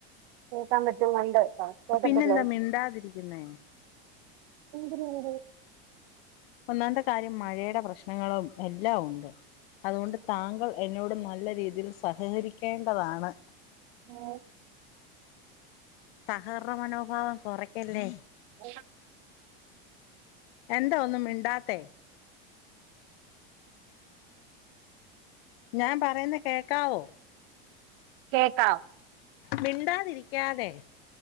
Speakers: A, on the right (about 60°); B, on the left (about 70°).
A: കൂട്ടാൻപറ്റുന്നുണ്ട് ട്ടോ കേക്കുന്നില്ലേ
B: പിന്നെന്താ മിണ്ടാതിരിക്കുന്നേ
A: <unintelligible>
B: ഒന്നാമത്തെ കാര്യം മഴടെ പ്രശ്നങ്ങളും എല്ലാം ഉണ്ട് അത്കൊണ്ട് താങ്കൾ എന്നോട് നല്ല രീതിൽ സഹകരിക്കേണ്ടതാണ്
A: ആഹ്
B: സഹർണ മനോഭാവം കൊറക്കല്ലേ
A: <unintelligible>
B: എന്താ ഒന്നും മിണ്ടാത്തെ ഞാൻ പറയ്ന്നേ കേക്കാവോ
A: കേക്കാം
B: മിണ്ടാതിരിക്കാതെ